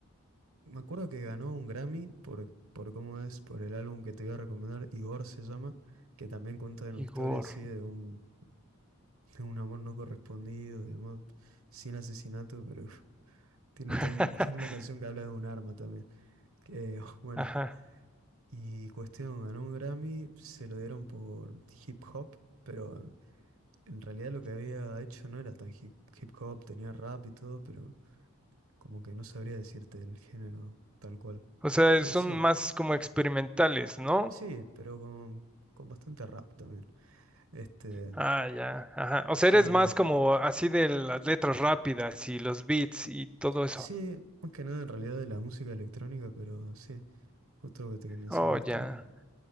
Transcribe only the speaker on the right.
Me acuerdo que ganó un Grammy por, por cómo es, por el álbum que te iba a recomendar, Igor se llama, que también cuenta de una
historia así de un, de un amor no correspondido, de amor sin asesinato, pero uf, tiene
un tem- <laughs> tiene una canción que habla de un arma también. Que, <laughs> bueno,
y cuestión, ganó un Grammy, se lo dieron por hip hop, pero en realidad lo que había hecho no era tan hip, hip hop, tenía rap y todo, pero como que no sabría decirte el género tal cual.
Pero
sí.
Sí, pero con, con bastante rap también. Este,
sí,
nada.
Sí, más que nada en realidad de la música electrónica, pero sí, justo que te que mencionaste.